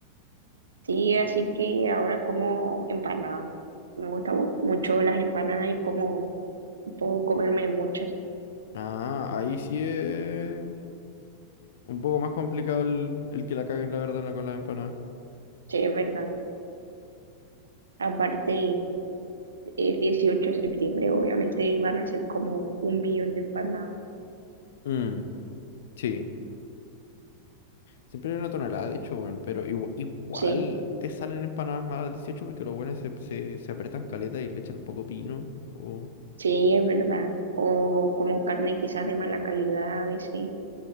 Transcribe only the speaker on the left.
Ah, ahí sí es un poco más complicado el, el que la caguen, la verdad, en la- con la empanada.
Mm, sí. Siempre hay una tonelada, de hecho, weón. Pero igua- igual,
te salen empanadas malas al 18 porque los buenos se, se, se apretan caleta y le echan poco pino. O